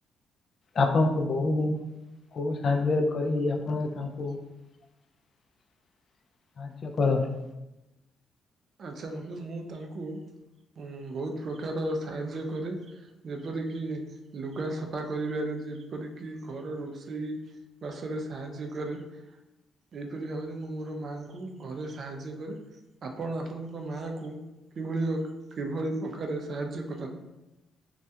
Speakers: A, on the left; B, on the right.
A: ଆପଣଙ୍କ ବୋଉ କୋଉ ସାହାଯ୍ୟ କରିକି, ଆପଣ ତାଙ୍କୁ ସାହାଯ୍ୟ କରନ୍ତି।
B: ଆଚ୍ଛା ବନ୍ଧୁ ମୁଁ ତାଙ୍କୁ ବହୁତ ପ୍ରକାରର ସାହାଯ୍ୟ କରେ। ଯେପରିକି ଲୁଗା ସଫା କରିବାରେ, ଯେପରିକି ଘର ରୋଷେଇ। ବାସରେ ସାହାଯ୍ୟ କରେ। ଏହିପରି ଭାବରେ ମୁଁ ମୋର ମାଆଙ୍କୁ ଘରେ ସାହାଯ୍ୟ କରେ। ଆପଣ ଆପଣଙ୍କ ମା କୁ କିଭଳି କିଭଳି ପ୍ରକାରେ ସାହାଯ୍ୟ କରନ୍ତି?